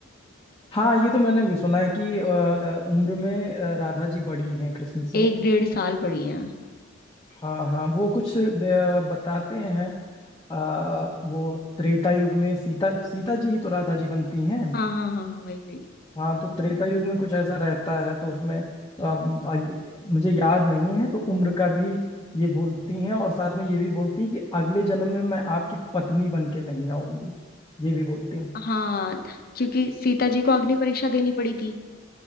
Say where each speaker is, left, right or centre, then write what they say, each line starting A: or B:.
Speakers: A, on the left; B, on the left.
A: हाँ ये तो मैंने भी सुना है कि अ, उम्र में अ, राधा जी बड़ी हैं कृष्ण से
B: एक डेढ़ साल बड़ी हैं
A: हाँ हाँ वो कुछ द- बताते हैं अ, वो त्रेता युग में सीता सीता जी ही तो राधा जी बनती हैं
B: हाँ हाँ हाँ हाँ वही वही
A: हाँ तो त्रेता युग में कुछ ऐसा रहता है तो उसमें अ, म- आ- मुझे याद नहीं है तो उम्र का भी ये बोलती हैं और साथ में ये भी बोलती हैं कि अगले जन्म में मैं आपकी पत्नी बन के नहीं आऊंगी ये भी बोलती हैं
B: हाँ क्योंकि सीता जी को अग्नि परीक्षा देनी पड़ी थी